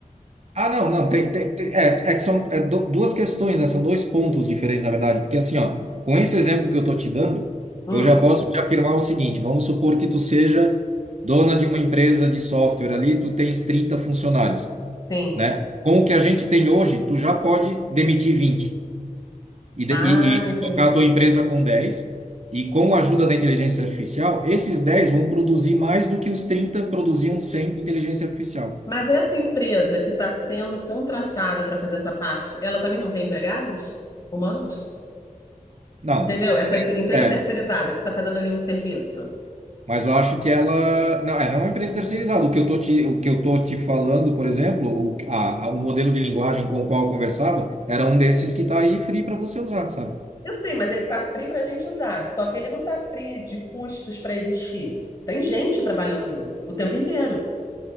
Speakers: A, on the right; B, on the left.
A: Ah, não, não. Tem, tem- tem- é, é que são é, du- duas questões, né? São dois pontos diferentes, na verdade. Porque assim, ó, com esse exemplo que eu tô te dando,
B: Hum,
A: eu já posso te afirmar o seguinte: vamos supor que tu seja dona de uma empresa de software ali, tu tens 30 funcionários,
B: sim.
A: né? Com o que a gente tem hoje, tu já pode demitir vinte. e, de-
B: Ah,
A: e, e- e
B: entendi.
A: tocar a tua empresa com 10 e com a ajuda da inteligência artificial, esses 10 vão produzir mais do que os 30 produziam sem inteligência artificial.
B: Mas essa empresa que está sendo contratada para fazer essa parte, ela também não tem empregados humanos?
A: Não,
B: Entendeu? Essa ep- empresa
A: é,
B: terceirizada que está fazendo ali um serviço.
A: mas eu acho que ela não é, não é uma empresa terceirizada. O que eu tô te, o que eu tô te falando, por exemplo, o, a, a- o modelo de linguagem com o qual eu conversava era um desses que está aí free para você usar, sabe?
B: Eu sei, mas ele está free para a gente usar, só que ele não está free de custos para existir. Tem gente trabalhando nisso o tempo inteiro.